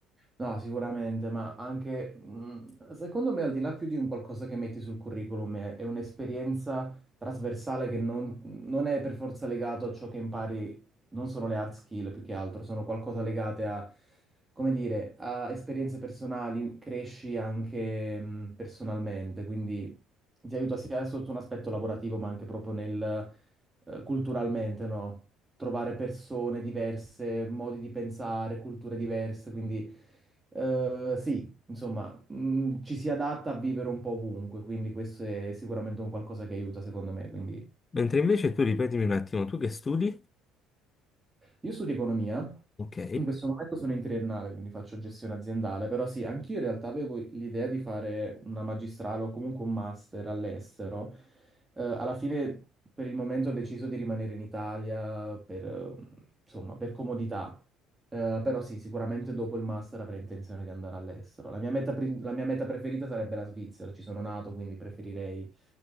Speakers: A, on the right (about 20°); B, on the left (about 30°).
A: No, sicuramente, ma anche mh, secondo me, al di là più di un qualcosa che metti sul curriculum, è, è un'esperienza trasversale che non, non è per forza legato a ciò che impari, non sono le hard skill più che altro, sono qualcosa legate a, come dire, a esperienze personali, cresci anche mh, personalmente, quindi ti aiuta sia sotto un aspetto lavorativo, ma anche proprio nel eh, culturalmente, no? trovare persone diverse, modi di pensare, culture diverse, quindi eh, sì, insomma, mh, ci si adatta a vivere un po' ovunque, quindi questo è sicuramente un qualcosa che aiuta secondo me, quindi
B: Mentre invece tu ripetimi un attimo, tu che studi?
A: Io studio economia,
B: Ok.
A: in questo momento sono in triennale, quindi faccio gestione aziendale, però sì, anch'io in realtà avevo l'idea di fare una magistrale o comunque un master all'estero. Eh, alla fine, per il momento, ho deciso di rimanere in Italia per, eh, insomma, per comodità. Eh, però sì, sicuramente dopo il master avrei intenzione di andare all'estero. La mia meta, pri- la mia meta preferita sarebbe la Svizzera, ci sono nato, quindi preferirei